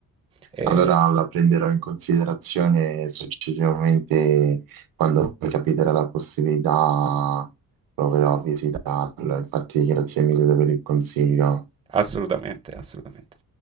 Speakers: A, on the right (about 15°); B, on the right (about 70°).
A: eh,
B: Allora la prenderò in considerazione successivamente quando mi capiterà la possibilità, proverò a visitarlo. Infatti, grazie mille per il consiglio.
A: assolutamente, assolutamente.